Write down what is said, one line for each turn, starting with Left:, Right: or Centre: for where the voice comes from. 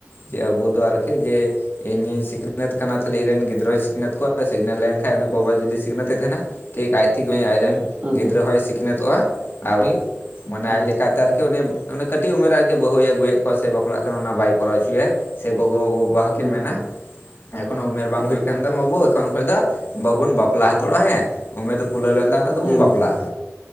Left: ᱡᱮ ᱟᱵᱚ ᱫᱚ ᱟᱨᱠᱤ ᱡᱮ, ᱤᱧᱤᱧ ᱥᱤᱠᱷᱱᱟᱹᱛ ᱠᱟᱱᱟ ᱛᱟᱞᱮ ᱤᱧᱨᱮᱱ ᱜᱤᱫᱽᱨᱟᱹᱭ ᱥᱤᱠᱷᱱᱟᱹᱛ ᱠᱚᱣᱟ ᱥᱤᱠᱷᱱᱟᱹᱛ ᱞᱮᱱᱷᱟᱟᱱ ᱩᱱᱤ ᱜᱚᱜᱚ ᱡᱩᱫᱤ ᱥᱤᱠᱷᱱᱟ. ᱛᱮ ᱛᱟᱦᱮᱱᱟ, ᱴᱷᱤᱠ ᱟᱡ ᱛᱮᱜᱮ, <unintelligible> ᱟᱡᱨᱮᱱ
Right: ᱦᱩᱸ
Left: ᱜᱤᱫᱽᱨᱟᱹ ᱦᱚᱸᱭ ᱥᱤᱠᱷᱱᱟᱹᱛᱚᱜᱼᱟ ᱟᱨ ᱩᱱᱤ ᱢᱟᱱᱮ ᱟᱡ
Right: ᱦᱩᱸ
Left: ᱞᱮᱠᱟᱛᱮ ᱟᱨᱠᱤ ᱩᱱᱤ ᱩᱱᱤ ᱠᱟᱹᱴᱤᱜ ᱩᱢᱮᱨ ᱨᱮ ᱟᱨᱠᱤ ᱵᱟᱹᱦᱩᱭ ᱟᱹᱜᱩᱭᱮᱜ ᱠᱚᱣᱟ ᱥᱮ ᱵᱟᱯᱞᱟᱜ ᱠᱟᱱᱟ ᱚᱱᱟ ᱵᱟᱭ ᱠᱚᱨᱟᱣ ᱦᱚᱪᱚᱭᱟ ᱥᱮ ᱜᱚᱜᱚ ᱼᱜᱚ, ᱵᱟᱵᱟ ᱦᱚᱸᱠᱤᱱ
Right: ᱦᱩᱸ
Left: ᱢᱮᱱᱟ
Right: ᱦᱩᱸ
Left: ᱮᱠᱷᱚᱱᱚ ᱩᱢᱮᱨ ᱵᱟᱝ ᱦᱩᱭ
Right: ᱦᱩᱸ
Left: ᱟᱠᱟᱱ ᱛᱟᱢᱟ ᱵᱟᱹᱵᱩ ᱮᱠᱷᱚᱱ ᱠᱷᱚᱭ ᱫᱚ, ᱵᱟᱵᱚᱱ ᱵᱟᱯᱞᱟ ᱦᱟᱛᱟᱲᱚᱜᱼᱟ ᱦᱮᱸ ᱩᱢᱮᱨ ᱫᱚ ᱠᱩᱞᱟᱹᱣ ᱞᱮᱱ ᱛᱟᱢ ᱠᱷᱟᱭ ᱫᱚᱵᱚᱱ
Right: ᱦᱩᱸ
Left: ᱵᱟᱯᱞᱟᱜᱼᱟ᱾